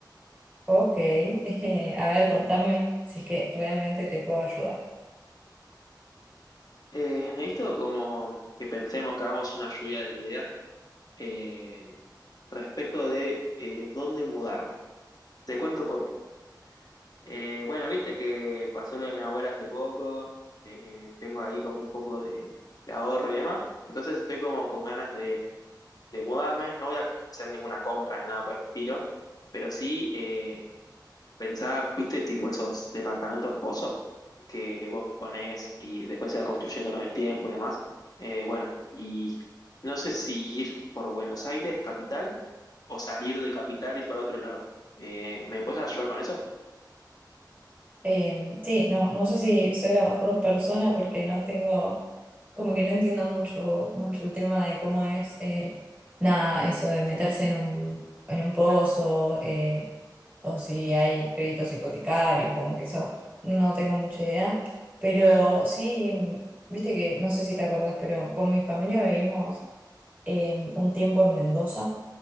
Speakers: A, on the right; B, on the left.
A: Ok, <laughs> eh, a ver, contame si es que realmente te puedo ayudar.
B: Eh, necesito como que pensemos, que hagamos una lluvia de ideas eh, respecto de eh, dónde mudarme. Te cuento por qué. Eh, bueno, viste que pasó lo de mi abuela hace poco, eh, tengo ahí como un poco de, de ahorro y demás, entonces estoy como con ganas de, de mudarme, no voy a hacer ninguna compra ni nada por el estilo, pero sí... eh, Pensaba, viste, tipo esos departamentos en pozo que vos ponés y después se va construyendo con el tiempo y demás. Eh, bueno, y no sé si ir por Buenos Aires, capital, o salir de capital, ir para otro lado. Eh, ¿me puedes ayudar con eso?
A: Eh, sí, no, no sé si soy la mejor persona porque no tengo, como que no entiendo mucho, mucho el tema de cómo es, eh, nada, eso de meterse en un, en un pozo, eh, o si hay créditos hipotecarios, como que eso, no tengo mucha idea. Pero sí, viste que, no sé si te acordás, pero con mi familia vivimos eh, un tiempo en Mendoza